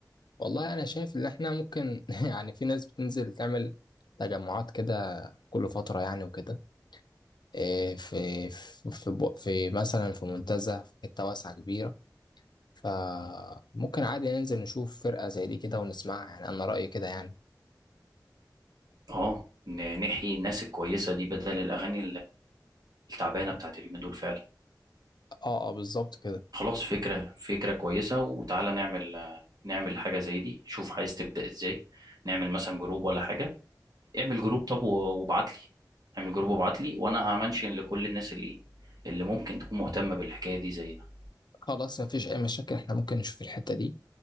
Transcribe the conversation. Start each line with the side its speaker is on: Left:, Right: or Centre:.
Left: والله انا شايف ان احنا ممكن <laughs> يعني في ناس بتنزل تعمل تجمعات كده كل فترة يعني وكده إيه في في في بو- في مثلا في منتزه في حته واسعه كبيره فممكن عادي ننزل نشوف فرقه زي دي كده ونسمعها يعني انا رايي كده يعني
Right: اه ن- نحيي الناس الكويسه دي بدل الاغاني التعبانه بتاعت اليومين دول فعلا
Left: اه اه بالظبط كده
Right: خلاص فكره فكره كويسه وتعالى نعمل نعمل حاجه زي دي شوف عايز تبدا ازاي نعمل مثلا جروب ولا حاجه اعمل جروب طب و- وابعت لي اعمل جروب وابعت لي وانا همنشن لكل الناس اللي اللي ممكن تكون مهتمه بالحكايه دي زينا
Left: خلاص مفيش اي مشاكل احنا ممكن نشوف الحته دي